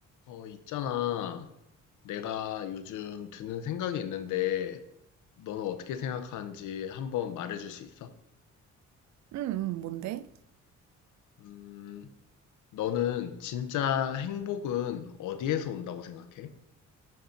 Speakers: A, on the left (about 80°); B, on the right (about 65°).
A: 어, 있잖아. 내가 요즘 드는 생각이 있는데, 너는 어떻게 생각하는지 한번 말해줄 수 있어?
B: 음, 음, 뭔데?
A: 음, 너는 진짜 행복은 어디에서 온다고 생각해?